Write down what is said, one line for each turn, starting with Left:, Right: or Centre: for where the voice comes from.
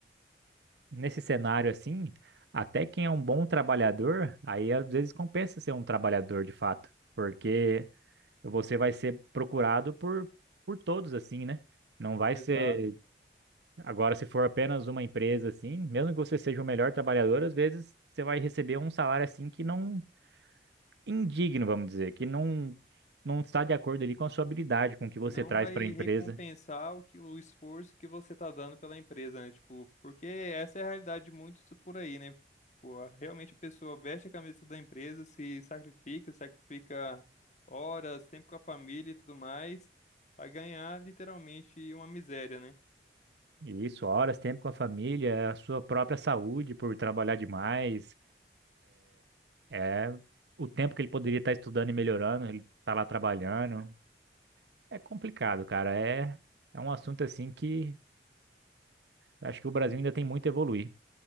Right: nesse cenário assim, até quem é um bom trabalhador, aí às vezes compensa ser um trabalhador de fato, porque você vai ser procurado por, por todos assim, né? Não vai
Left: Exato.
Right: ser, agora se for apenas uma empresa assim, mesmo que você seja o melhor trabalhador, às vezes você vai receber um salário assim que não indigno, vamos dizer, que não não está de acordo ali com a sua habilidade, com o que você
Left: não
Right: traz
Left: vai
Right: para a empresa.
Left: recompensar o que o esforço que você tá dando pela empresa, né? Tipo, porque essa é a realidade de muitos por aí, né? Pô, realmente a pessoa veste a camisa da empresa, se sacrifica, sacrifica horas, tempo com a família e tudo mais, pra ganhar literalmente uma miséria, né?
Right: E isso, horas, tempo com a família, a sua própria saúde por trabalhar demais É o tempo que ele poderia estar estudando e melhorando, ele tá lá trabalhando. É complicado, cara. É, é um assunto assim que acho que o Brasil ainda tem muito a evoluir.